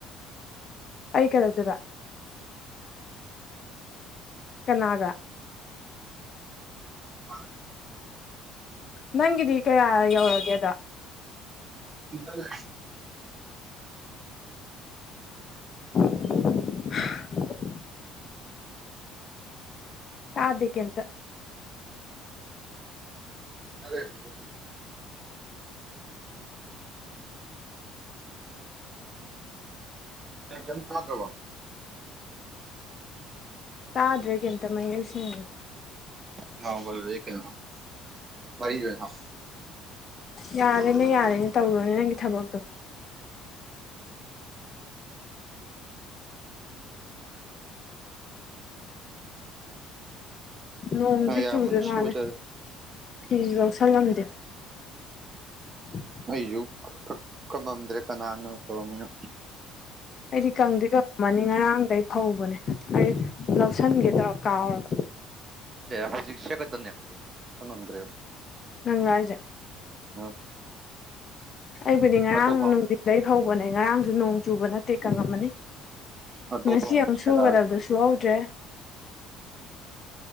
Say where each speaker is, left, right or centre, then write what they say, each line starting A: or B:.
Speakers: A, on the left (about 45°); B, on the right (about 35°).
A: ꯑꯩ ꯀꯩꯗꯧꯗꯣꯏꯕ ꯀꯅꯥꯒ
B: <unintelligible>
A: ꯅꯪꯒꯤꯗꯤ ꯀꯌꯥ ꯌꯧꯔꯒꯦ ꯑꯗꯣ
B: <unintelligible>
A: <unintelligible> ꯁꯥꯗꯦ ꯀꯦꯝꯇ
B: <unintelligible> ꯑꯇꯩ ꯀꯦꯝ ꯇꯥꯗꯔꯕꯣ
A: ꯇꯥꯗ꯭ꯔꯦ ꯀꯦꯝꯇ ꯃꯌꯦꯛ ꯁꯦꯡꯅ
B: ꯁꯥꯎꯒꯜꯂꯤ ꯀꯩꯅꯣ ꯄꯩꯗꯣꯏꯔꯣ
A: ꯌꯥꯔꯦꯅꯦ ꯌꯥꯔꯦꯅꯦ ꯇꯧꯔꯣꯅꯦ ꯅꯪꯒꯤ ꯊꯕꯛꯇꯣ ꯅꯣꯡꯖꯨ
B: ꯑꯥ ꯌꯥꯝꯃꯅꯤ
A: ꯆꯨꯗꯣꯏ ꯃꯥꯜꯂꯦ
B: ꯁꯨꯕꯗ
A: ꯐꯤꯁꯨ ꯂꯧꯁꯜꯂꯝꯗꯦ <inaudible>
B: ꯑꯩꯁꯨ ꯀꯪꯉꯝꯗ꯭ꯔꯦ ꯀꯅꯥꯅꯣ ꯇꯧꯔꯝꯃꯤꯅꯣ
A: ꯑꯩꯗꯤ ꯀꯪꯗꯤ ꯀꯪꯉꯝꯃꯅꯤ ꯉꯔꯥꯡꯗꯩ ꯐꯧꯕꯅꯦ ꯑꯩ ꯂꯧꯁꯤꯟꯒꯦ ꯇꯧꯔ ꯀꯥꯎꯔꯕ
B: ꯍꯧꯖꯤꯛ ꯁꯦ ꯈꯛꯇꯅꯦꯕ ꯀꯪꯉꯝꯗ꯭ꯔꯦ
A: ꯅꯪꯂꯣ ꯍꯥꯏꯖꯦ
B: <unintelligible>
A: ꯑꯩꯕꯨꯗꯤ ꯉꯔꯥꯡ
B: ꯑꯇꯣꯞꯄ
A: ꯅꯨꯡꯊꯤꯗꯩ ꯐꯧꯕꯅꯦ ꯉꯔꯥꯡꯁꯨ ꯅꯣꯡ ꯆꯨꯕ ꯅꯠꯇꯦ ꯀꯪꯉꯝꯃꯅꯤ
B: ꯑꯇꯣꯞꯄ
A: ꯉꯁꯤ
B: ꯑꯃ
A: ꯑꯃꯨꯛ
B: ꯑꯣꯏꯅ ꯁꯦꯠꯂꯛꯑꯒꯦ
A: ꯁꯨꯒꯗꯕꯗꯨꯁꯨ ꯁꯨꯍꯧꯗ꯭ꯔꯦ